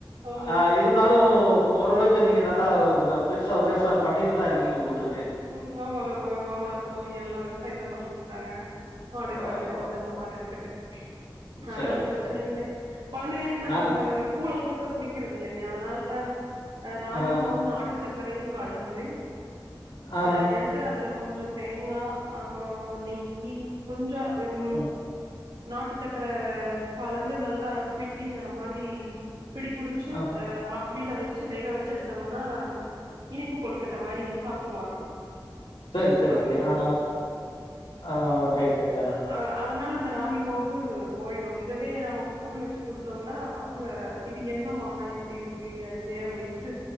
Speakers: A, on the right (about 75°); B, on the left (about 80°).
A: ஆமா
B: அ இருந்தாலு ஓரளவுக்கு நீங்க நல்லா வ பெருசா விவசாயோ பண்ணிட்டு தா இருக்கீங்க போலிருக்கு
A: ம் ஆமாங்க மாமா மாமனார் மாமியாரெல்லா விவசாயம் தா பண்ணிட்டுருக்காங்க ஆடு
B: பரவால்ல,
A: கண்ணு
B: பரவால்ல.
A: தோட்டம் இந்த மாரி இருக்குங்க அதனால
B: சரிங்க,
A: பிரச்சனையே
B: சரிங்க.
A: இல்லை கொழந்தைகளுக்கு நாங்க
B: நாங்
A: அப்டிதாங்க ப கூழல்ல குடுத்தா குடிக்கிறது இல்லைங்க அதனால அ ராகிமாவு
B: ஆ.
A: நாட்டு சக்கரையு கலந்து
B: ஆ
A: த எடுத்து அதுல கொஞ்சோ தேங்கா அப்பறோ நெய் யி கொஞ்சோ அ ம்
B: ஆ
A: நாட்டு சக்கர கலந்து நல்லா பிடி வர மாரி பிடி பிடிச்சு
B: ஆ
A: அ ஆவியில வெச்சு வேக வெச்சு எடுத்தோமனா இனிப்பு கொழுக்கட்ட மாரி சாப்ட்டுக்குவாங்க
B: சேரி செரி
A: பசங்க
B: செரி ஆ ஆ ரைட் ரைட்தா
A: அ அதனால் அந்த ராகி மாவு போயிரு இதவே நம்ம கூழ் வெச்சு குடுத்தோமனா பச ங்க இது என்னம்மா இப்படி இருக்கு ஐயே அப்படின்ட்டு